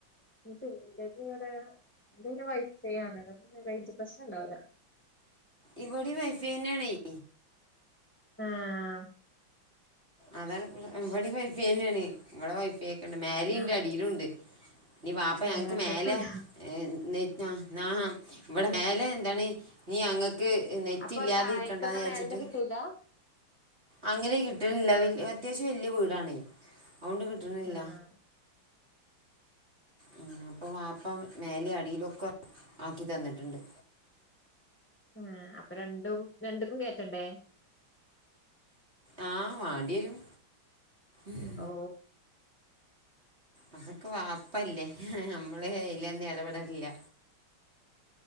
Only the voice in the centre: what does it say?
ഇഞ്ഞ് ഇപ്പം ഇന്റെത് ഇവെടെ ഇന്റെയ് പിന്നെ വൈഫൈ ആണല്ലോ അപ്പ പിന്നെ റേയ്ഞ്ച് പ്രശ്നം ഇണ്ടാവൂലാ.
ആഹ്
ആഹ്
ഏഹ്
രണ്ടോട്ത്തും
ഇണ്ട്
അപ്പൊ
താഴേക്ക്ത്തെ
മേലന്ന് കിട്ടൂല
ആഹ് <inaudible>
ആഹ് അപ്പൊ രണ്ടും രണ്ട്ക്കും കേറ്റണ്ടേ?
ഓ